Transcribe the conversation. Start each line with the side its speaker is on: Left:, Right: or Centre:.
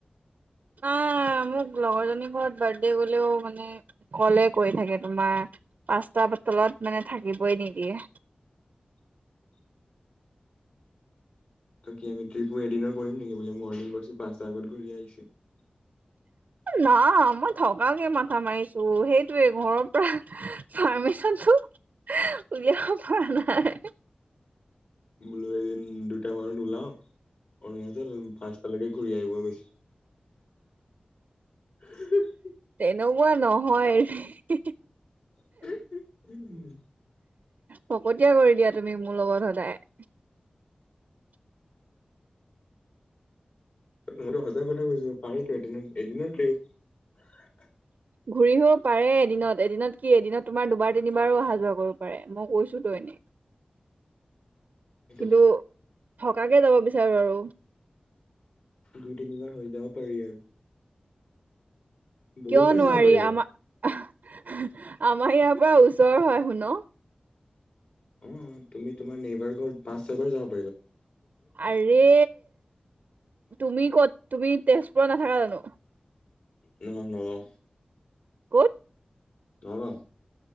Right: আহ মোক লগৰজনীৰ ঘৰত বাৰ্থডে গলেও মানে কলে কৰি থাকে তোমাৰ। পাঁচ তলত মানে থাকিবই নিদিয়ে।
Left: <unintelligible> তই কি আমি ট্ৰিপো এদিনৰ কৰিম নেকি বোলে মৰ্ণিং কৰিছো পাঁচটা আগত ঘূৰি আহিছো? <unintelligible>
Right: না মই থকাকে মাথা মাৰিছো সেইটোৱে ঘৰৰ পৰা পাৰ্মিচনটো? উলিয়াব পোৱা নাই।
Left: বোলো এদিন দুটা মানত ওলাও অৰুণাচল পাঁচটালৈকে ঘূৰি আহিব গৈছো হু হু
Right: এনেকুৱা নহয়। হুি
Left: উম <unintelligible>
Right: ফকতীয়া কৰি দিয়া তুমি মোৰ লগত সদায়।
Left: মইতো সঁচা কথা কৈছো পাৰিতো এদিনত এদিন ট্ৰিপ
Right: ঘূৰি আহিব পাৰে এদিনত এদিনত কি এদিনত তোমাৰ দুবাৰ তিনিবাৰো অহা যোৱা কৰিব পাৰে মই কৈ। গৈছো তো এনেই।
Left: সেইটো।
Right: কিন্তু থকাকে যাব বিচাৰো আৰু।
Left: দুই তিনিবাৰ হৈ যাব পাৰি আৰু। বহুত
Right: কিয়
Left: বাৰ
Right: নোৱাৰি
Left: যাব পাৰিবা
Right: আমাৰ। আমাৰ ইয়াৰ পৰা ওচৰ হয় শুন।
Left: অহ তুমি তোমাৰ নেবাৰ ঘৰত পাঁচ চাৰ পৰা যা।
Right: আৰে তুমি কত তুমি। তেজপুৰত নাথাকা জানো।
Left: নহক নলও
Right: ক'ত।
Left: নগাঁও